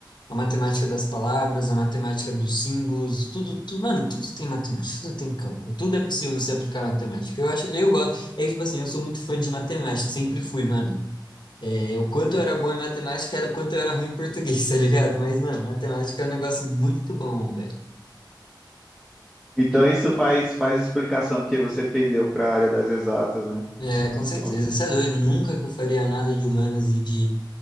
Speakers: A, on the left; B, in the centre.
A: a matemática das palavras, a matemática dos símbolos, tudo, tudo, mano, tudo tem matemática, tudo tem cálculo, tudo é possível você aplicar matemática. Eu acho, eu gosto, é tipo assim, eu sou muito fã de matemática, sempre fui, mano. É, o quanto eu era bom em matemática era o quanto eu era ruim em português, <laughs> tá ligado? Mas, mano, matemática é um negócio muito bom, velho.
B: Então isso faz faz explicação porque você pendeu para a área das exatas, né?
A: É, com
B: Então,
A: certeza. Você é doido, nunca que eu faria nada de humanas e de